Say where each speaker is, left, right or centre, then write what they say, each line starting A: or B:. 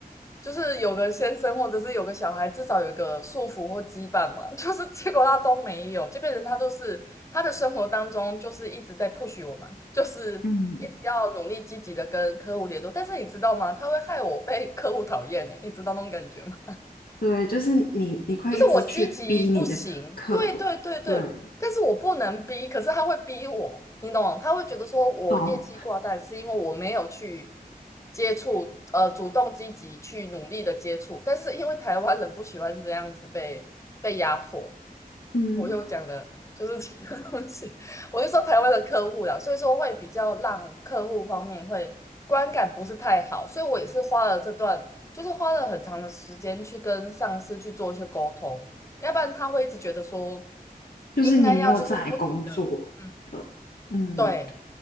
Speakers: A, on the left (about 20°); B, on the left (about 70°).
A: 就是有个先生或者是有个小孩，至少有一个束缚或羁绊嘛。<laughs> 就是结果他都没有，这变成他都是他的生活当中就是一直在 push 我们，就是一直要努力积极的跟客户联络。
B: 嗯，
A: 但是你知道吗？他会害我被客户讨厌呢，你知道那种感觉吗？
B: 对，就是你你会一直去逼你的客户，
A: 就是我积极不行，对对对对，
B: 对，
A: 但是我不能逼，可是他会逼我，你懂吗？他会觉得说我业绩挂蛋是因为我没有去
B: 懂，
A: 接触，呃，主动积极去努力的接触，但是因为台湾人不喜欢这样子被被压迫，
B: 嗯，
A: 我就讲的就是这个东西，<laughs> 我就说台湾的客户啦，所以说会比较让客户方面会观感不是太好，所以我也是花了这段就是花了很长的时间去跟上司去做一些沟通，要不然他会一直觉得说
B: 就是你没有在工作的，
A: 应该要就是不停的，嗯，
B: 嗯，
A: 对，